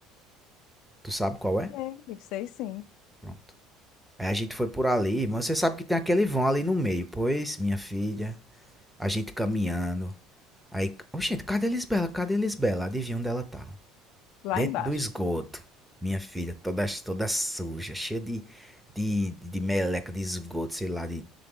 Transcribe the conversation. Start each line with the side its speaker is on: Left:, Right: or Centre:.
Centre: Tu sabe qual é?
Left: Sei, sei sim.
Centre: Pronto. Aí a gente foi por ali, mas você sabe que tem aquele vão ali no meio. Pois, minha filha, a gente caminhando. Aí, ô gente, cadê a Lisbela? Cadê a Lisbela? Adivinha onde ela tá?
Left: Lá
Centre: Dentro
Left: embaixo.
Centre: do esgoto. Minha filha, toda, toda suja, cheia de, de, de meleca, de esgoto, sei lá, de